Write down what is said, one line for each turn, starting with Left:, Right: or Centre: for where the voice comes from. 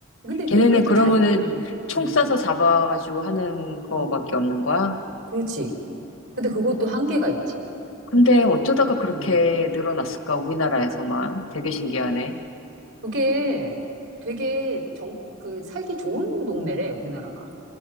Right: 근데 그,
Left: 걔네는
Right: 그것도
Left: 그러면은
Right: 잘, 어,
Left: 총
Right: 음,
Left: 쏴서 잡아가지고 하는 거밖에
Right: 음,
Left: 없는 거야?
Right: 그렇지. 근데 그것도
Left: 음.
Right: 한계가 있지.
Left: 근데 어쩌다가 그렇게
Right: 어.
Left: 늘어났을까, 우리나라에서만. 되게 신기하네.
Right: 그게 되게 정, 그, 살기 좋은 동네래, 우리나라가.